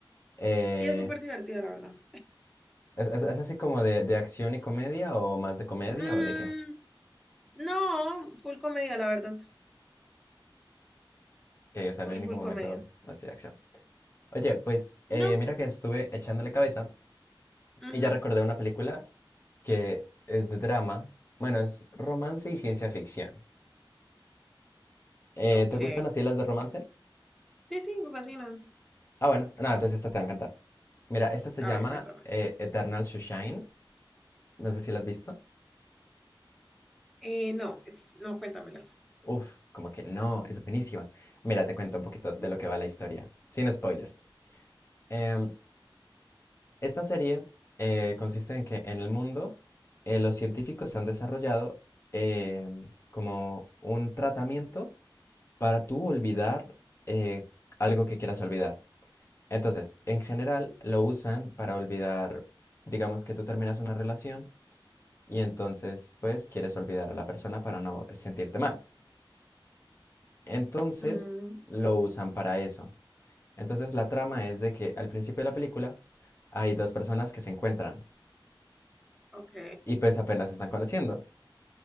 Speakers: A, on the left; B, in the centre.
A: Eh,
B: Y es súper divertida la verdad.
A: ¿es, es- es así como de, de acción y comedia o más de comedia
B: Mm,
A: o de qué?
B: no, full comedia la verdad,
A: Que, o sea,
B: full
A: no hay ningún
B: full
A: momento
B: comedia.
A: así de acción. Oye, pues eh,
B: No,
A: mira que estuve echándole cabeza
B: ujú,
A: y ya recordé una película que es de drama. Bueno, es romance y ciencia ficción. Eh,
B: ok.
A: ¿te gustan así las de romance?
B: Sí, sí, me fascina.
A: Ah, bueno, nada, entonces esta te va a encantar. Mira, esta se
B: A
A: llama
B: ver, cuéntame.
A: eh, Eternal Sunshine. No sé si la has visto.
B: Eh, no, es- no, cuéntamela.
A: Uf, como que no, es buenísima. Mira, te cuento un poquito
B: Sí,
A: de lo que va la historia, sin spoilers. Em, Esta serie eh, consiste en que en el mundo eh, los científicos han desarrollado em, como un tratamiento para tú olvidar eh, algo que quieras olvidar. Entonces, en general lo usan para olvidar, digamos que tú terminas una relación y entonces pues quieres olvidar a la persona para no sentirte mal. Entonces
B: mm,
A: lo usan para eso. Entonces la trama es de que al principio de la película hay dos personas que se encuentran
B: ok,
A: y pues apenas se están conociendo.